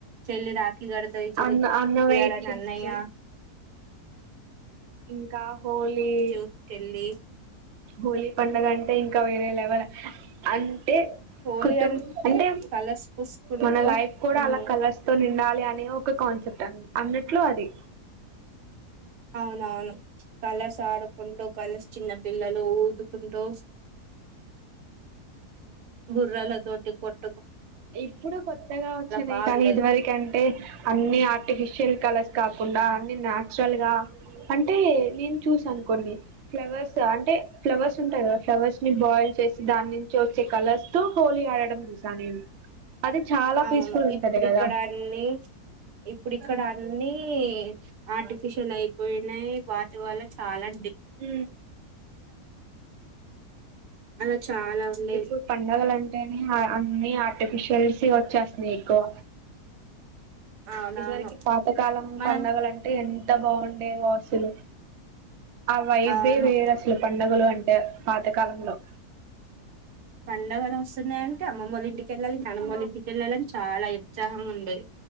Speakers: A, on the right (about 80°); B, on the right (about 60°).
A: చెల్లి రాఖి కడుతది చెల్లికి
B: అన్న
A: విప్పియలని
B: అన్న వెయిట్ చేస్తూ
A: అన్నయ్య
B: ఇంకా హోలీ
A: చూ- చెల్లి
B: హోలీ పండగంటే ఇంకా వేరేలెవల్ అ అంటే
A: హోలీ
B: కుటుం అంటే
A: కలర్స్ పూసుకుంటూ
B: మన లైఫ్ కూడా
A: ఉమ్,
B: అలా కలర్స్ తో నిం ఉండాలి అనే ఒక కాన్సెప్ట్ అ అన్నట్లు అది
A: అవునవును కలర్స్ ఆడుకుంటు కలర్స్ చిన్న పిల్లల్ ఉదుకుంటూ బుర్రాల తోటి కోట్
B: ఇప్పుడు కొత్తగా వచ్చినయి
A: బాగుండేది
B: కానీ ఇదివరక అంటే అన్ని ఆర్టిఫిషియల్ కలర్స్ కాకుండా అన్ని నాచురల్ గా అంటే నేను చూస అనుకోండి ఫ్లవర్స్ అంటే ఫ్లవర్స్ ఉంటాయి కదా ఫ్లవర్స్ ని బాయిల్ చేసి దాని నుంచి వచ్చే కలర్స్ తో హోలీ ఆడడం చూసా నేను అది చాలా
A: అవును
B: పీస్ఫుల్ ఉంటది
A: ఇప్పుడు
B: కదా
A: ఇక్కడ అన్ని ఇప్పుడు ఇక్కడ అన్ని న్నీ ఆర్టిఫిషియల్ అయిపోయినాయి వాటి వల్ల చాలా
B: ఊ
A: అలా చాలా ఉండేది
B: ఇప్పుడు పండగల అం అంటేనే ఆర్టిఫిషియల్స్ వచ్చేస్తున్నాయి ఎక్కువ
A: అవునవును
B: ఇదివరకు పాతకాలం
A: మనం
B: పండగల అంటే ఎంత బాగుండేవో అసలు ఆ వైబే
A: అవును
B: వేరు అసలు పండగలు అంటే పాతకాలంలో
A: పండగలు వస్తున్నాయంటే అమ్మమ్మ వాళ్ళ ఇంటికేళ్ళాలి నాన్నమ్మ
B: ఆ
A: వాళ్ళ ఇంటికి వెళ్ళాలని చాలా ఏ ఉత్సాహంగా ఉండేది